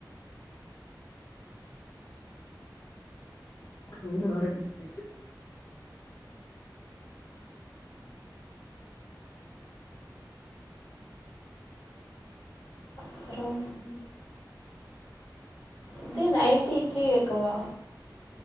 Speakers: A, on the left (about 40°); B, on the left (about 75°).
A: தொண்ட வேற கட்டுக்கிச்சு
B: அப்புறம்
A: ம்
B: இது நைட்டு இட்லி வக்கவா